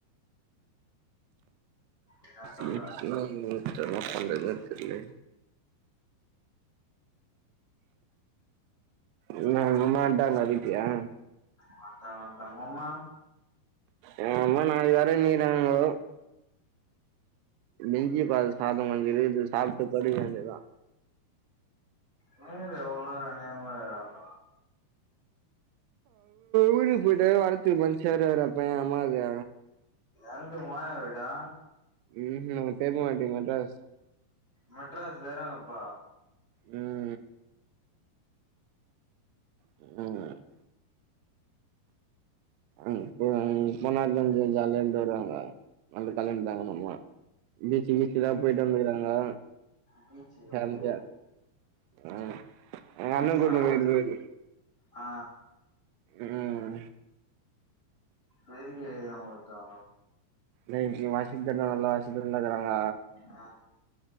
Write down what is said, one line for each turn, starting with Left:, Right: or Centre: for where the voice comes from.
Left: என்ன சொல்ல
Right: ம் <unintelligible> என்னா பண்றதுனே தெர்ல உங்க அம்மா வன்டாங்க விட்லயா
Left: வண்டா வண்டாங்க ஒங்கம்மா
Right: எங்க அம்மா நாளக்கி வரன்னிக்கிராங்கோ மிஞ்சி பாதோ சாதோ கொஞ்சோகுது சாப்ட்டு படுக்க வேண்டியதா
Left: ந ரே ஒன அன்யமாகிறாங்கோ
Right: ஊருக்கு போயிட்டா வரத்துக்கு மன்சே வராது டா பையா எ அம்மாக்கு
Left: என்து ஒ ஆயா வீடா
Right: ம் ம் நம்ம பெர்மா வீடு மெட்ராஸ்
Left: மெட்ராஸ்ல கிறாங்க இப்ப
Right: ம் ம் ம் அங் பொனாதா கொஞ்ஜ் ஜாலியாண்ட் வருவாங்க <unintelligible> பீச்சி கீச்சிலா போய்ட்டு வந்துக்கிறாங்கோ
Left: பீச்சு
Right: <unintelligible>
Left: ஓ
Right: எங்
Left: அவ
Right: அண்ண
Left: செலபடி
Right: கூட்னு போய்ட்டுருக்கு
Left: ஆ
Right: ம்
Left: தெரியிலதா ஒருத்தவ
Right: நேய் இ வாசித்த நல்லா வாசித்தா நல்லாருக்கறாங்க
Left: ஆ